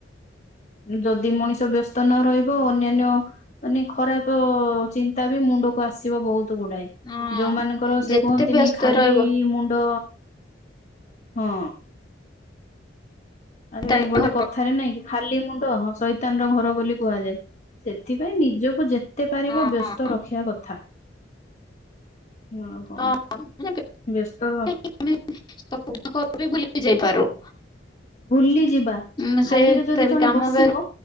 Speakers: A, on the left; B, on the left.
A: ଯଦି ମଣିଷ ବ୍ୟସ୍ତ ନ ରହିବ ଅନ୍ୟାନ୍ୟ ମାନେ ଖରାପ ଚିନ୍ତା ବି ମୁଣ୍ଡକୁ ଆସିବ ବହୁତ ଗୁଡାଏ।
B: ହଁ
A: ଯୋଉମାନାନଙ୍କର
B: ଯେତେ
A: ସେ କୁହନ୍ତିନି
B: ବ୍ୟସ୍ତ
A: ଖାଲି
B: ରହିବ
A: ମୁଣ୍ଡ ହଁ। ଆରେ
B: ତା
A: ଗୋଟେ କ ଥାରେ ନାଇଁ କି ଖାଲି ମୁଣ୍ଡ ସଇତାନ ର ଘର ବୋଲି କୁହାଯାଏ ସେଥିପାଇଁ ନିଜକୁ ଯେ ଏତେ ପାରିବ
B: ହଁ
A: ବ୍ୟସ୍ତ ରଖିବା କଥା ହ ଆଉ କଣ।
B: ହଁ ମାନେ
A: ବ୍ୟସ୍ତ ର
B: <unintelligible> ଯାଇପାରୁ।
A: ବୁଲି ଯିବା
B: ଉଁ ସେଇ
A: ଖାଲିରେ ଯଦି
B: ସେ ବି
A: ଜଣେ
B: କାମ
A: ବସିବ
B: ବେ